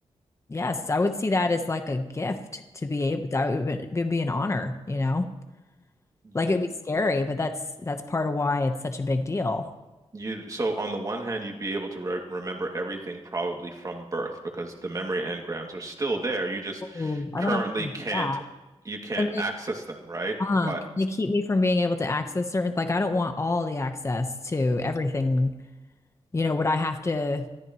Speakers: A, on the left (about 25°); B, on the right (about 30°).
A: yes, I would see that as like a gift to be able, that would, be- would be an honor, you know?
B: you?
A: Like it would be scary, but that's that's part of why it's such a big deal.
B: You'd so on the one hand, you'd be able to re remember everything probably from birth because the memory engrams are still there. You just
A: Oh, I
B: currently
A: don't know if
B: can't
A: it's that.
B: you can't
A: And
B: access them, right?
A: Uh,
B: But
A: can they keep me from being able to access certain, like I don't want all the access to everything. You know, would I have to